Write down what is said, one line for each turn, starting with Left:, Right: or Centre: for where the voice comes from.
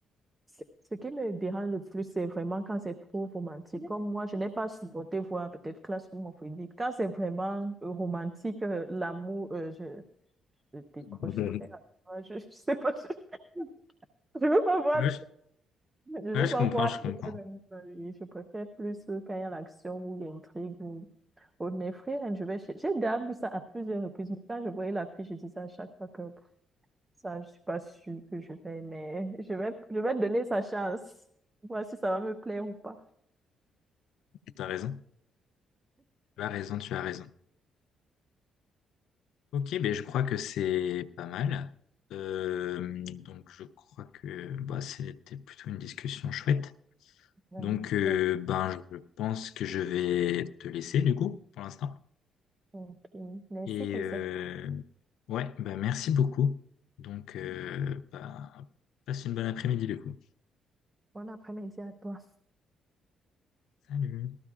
Right: C'est- Ce qui me dérange le plus, c'est vraiment quand c'est trop romantique. Comme moi, je n'ai pas supporté voir peut-être Classroom of Quand c'est vraiment euh, romantique, euh, l'amour, euh, je, je décroche
Left: <laughs>
Right: très rapidement. Je, je sais pas, <laughs> je, je veux pas voir,
Left: Ouais, je
Right: je veux
Left: ouais, je
Right: pas
Left: comprends,
Right: voir
Left: je
Right: de
Left: comprends.
Right: l'amour dans la vie. Je préfère plus euh, quand il y a l'action ou l'intrigue ou, ou de mes frères. hein, je vais chez- J'ai déjà vu ça à plusieurs reprises. Mais quand je voyais la fille, je disais à chaque fois que pff, ça, je suis pas sûre que je vais, mais je vais, je vais donner sa chance. Voir si ça va me plaire ou pas.
Left: T'as raison. Tu as raison, tu as raison. Ok, ben je crois que c'est pas mal. Euh, donc je crois que bah, c'était plutôt une discussion chouette.
Right: Vraiment
Left: Donc euh,
Right: pas.
Left: ben je pense que je vais te laisser du coup pour l'instant.
Right: Ok. Merci
Left: Et
Right: pour
Left: euh,
Right: cette
Left: ouais, ben merci beaucoup. Donc euh, ben, passe une bonne après-midi du coup.
Right: bonne après-midi à toi.
Left: Salut.